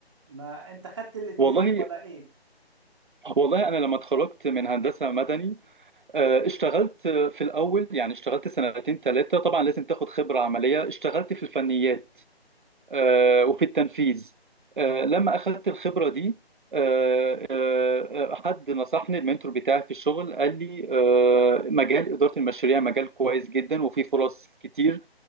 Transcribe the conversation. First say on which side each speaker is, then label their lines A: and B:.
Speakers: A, on the right; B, on the right.
A: ما أنت خدت الاتنين
B: والله
A: ولا إيه؟
B: والله انا لما اتخرجت من هندسه مدني آه، اشتغلت في الاول يعني اشتغلت سنتين ثلاثه طبعا لازم تاخد خبره عمليه اشتغلت في الفنيات آه، وفي التنفيذ آه، لما اخذت الخبره دي آه، آه، آه، حد نصحني المنتور بتاعي في الشغل قال لي آه، مجال اداره المشاريع مجال كويس جدا وفيه فرص كتير